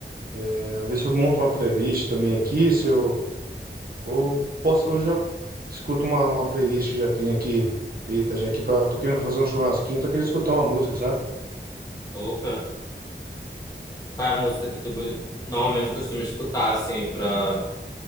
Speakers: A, on the right (about 55°); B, on the left (about 20°).
A: é, ver se eu monto uma playlist também aqui, se eu ou posso, eu já escuto uma, uma playlist que já tem aqui feita já aqui para tô querendo fazer um churrasquinho, tô querendo escutar uma música, sabe?
B: Opa, qual é a música que tu co- normalmente costuma escutar, assim, para